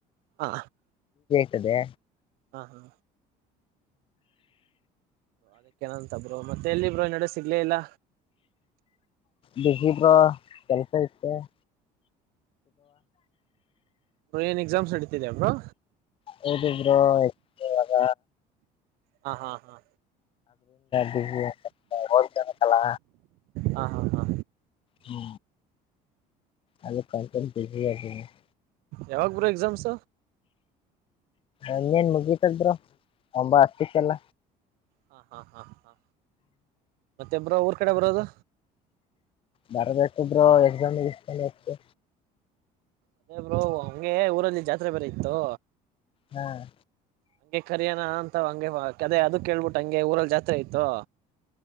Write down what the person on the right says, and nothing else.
ಹ
ಹ ಹಾ ಅದಕ್ಕ ನಂತ ಬ್ರೋ ಮತ್ತೆ ಎಲ್ಲಿ ಬ್ರೋ ಎ ನಡೆ ಸಿಗ್ಲೇ ಇಲ್ಲ
ಏನ್ ಎಕ್ಸಾಮ್ಸ್ ನೆಡಿತಿದ ಬ್ರೋ
ಹ ಹಾ ಹಾ
ಹಾ ಹಾ ಹಾ
ಯಾವಾಗ್ ಬ್ರೋ ಎಕ್ಸಾಮ್ಸ್
ಹಾ ಹಾ ಹಾ ಹಾ ಮತ್ತೆ ಬ್ರೋ ಊರ್ ಕಡೆ ಬರೋದು
ಅದೇ ಬ್ರೋ ಹಂಗೆ ಊರಲ್ಲಿ ಜಾತ್ರೆ ಬೇರೆ ಇತ್ತು
ಹಂಗೆ ಕರಿಯಾಣ ಅಂತ ಹಂಗೆ ಕದೇ ಅದ ಕೇಳ್ಬಿಟ್ಟ ಹಂಗೆ ಊರಲ್ಲಿ ಜಾತ್ರೆ ಇತ್ತು